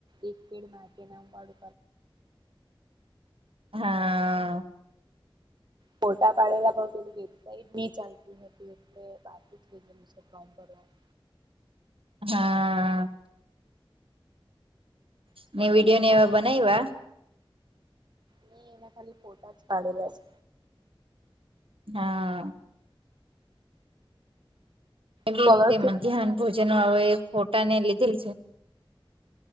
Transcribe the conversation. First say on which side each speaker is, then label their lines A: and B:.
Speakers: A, on the right (about 50°); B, on the right (about 75°).
A: એક પેડ મા કે નામ વાલુ.
B: હા.
A: ફોટા પાડેલા પણ તેની વેબસાઇટ ની ચાલતી હતી, એટલે બાકી જ રેય ગેલુ છે, ફોર્મ ભરવાનુ.
B: હા.
A: સ્કોલરશીપ
B: મે વિડીયોને એવા
A: ના
B: બનાઇવા.
A: ની એના ખાલી ફોટાજ પાડેલા છે.
B: હા. એવી
A: સ્કોલરશીપ
B: રીતે મધ્યાહન
A: ના લેવા
B: ભોજન
A: ફોર્મ
B: આવે.
A: ભરાતા
B: તને લીધેલી છે,